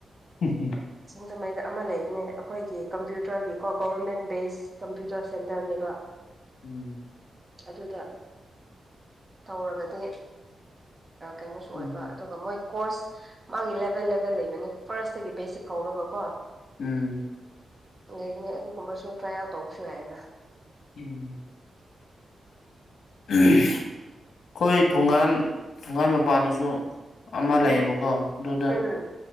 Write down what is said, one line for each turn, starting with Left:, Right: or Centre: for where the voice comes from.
Left: ꯎꯝ ꯎꯝ
Right: ꯑꯗꯨꯃꯥꯏꯅ ꯑꯃ ꯂꯩꯕꯅꯦ ꯑꯩꯈꯣꯏꯒꯤ ꯀꯝꯄ꯭ꯌꯨꯇꯔꯒꯤꯀꯣ ꯒꯣꯕꯔꯃꯦꯟ ꯕꯦꯁ ꯀꯝꯄ꯭ꯌꯨꯇꯔ ꯁꯦꯟꯇꯔꯅꯦꯕ
Left: ꯎꯝ
Right: ꯑꯗꯨꯗ ꯇꯧꯔꯒꯗꯤ ꯀꯩꯅꯣꯁꯨ
Left: ꯎꯝ
Right: ꯑꯣꯏꯕ ꯑꯗꯨꯒ ꯃꯣꯏ ꯀꯣꯔꯁ ꯃꯥꯒꯤ ꯂꯦꯚꯦꯜ ꯂꯦꯕꯦꯜ ꯂꯩꯕꯅꯤ ꯐꯥꯔꯁꯇꯒꯤ ꯕꯦꯁꯤꯛ ꯍꯧꯔꯒ ꯀꯣ
Left: ꯎꯝ
Right: ꯂꯩꯕꯅꯦ ꯑꯗꯨꯒꯨꯝꯕꯁꯨ ꯇ꯭ꯔꯥꯏꯜ ꯇꯧꯕꯁꯨ ꯌꯥꯏꯅ
Left: ꯎꯝ ꯑꯩꯈꯣꯏ ꯊꯣꯡꯒꯥꯟ ꯊꯣꯡꯒꯥꯟ ꯃꯄꯥꯟꯅꯁꯨ ꯑꯃ
Right: ꯎꯝ
Left: ꯂꯩꯌꯦꯕꯀꯣ ꯑꯗꯨꯗ
Right: ꯎꯝ